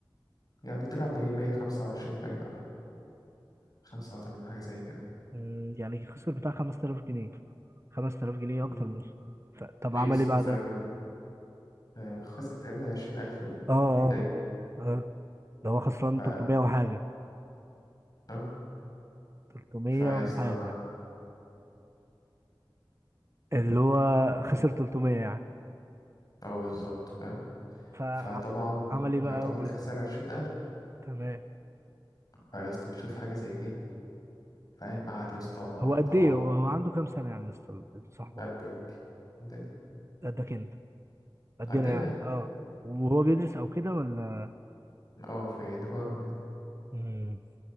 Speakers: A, on the left; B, on the right.
A: يعني طلع ب 125 باين أو 85 حاجة زي كده
B: مم، يعني خسر بتاع 5000 جنيه 5000 جنيه
A: مم.
B: اكتر من ف... طب
A: ليس
B: عمل ايه
A: 5000
B: بعدها
A: جنيه آه، خسر تقريبا 20000 في
B: اه
A: الحتة دي
B: اه هو- اه ده هو خسران
A: ف
B: 300 وحاجه
A: اه
B: 300
A: فيسطا
B: وحاجه اللي هو خسر 300 يعني
A: اه بالظبط فاهم
B: فعمل
A: فطبعا
B: ايه بقى
A: يعتبر خسر 20000
B: آه. تمام
A: فيسطا يشوف حاجة زي دي فاهم قعد يسطا
B: هو قد
A: طبعا
B: ايه هو هو عنده كام سنة يعني لسه صاحبه
A: قد
B: ده؟
A: قد قدنا
B: قدك انت قدنا
A: قدنا
B: يعني
A: يعني
B: اه وهو بيدرس او كده ولا
A: اه في تجارة يعني
B: مم.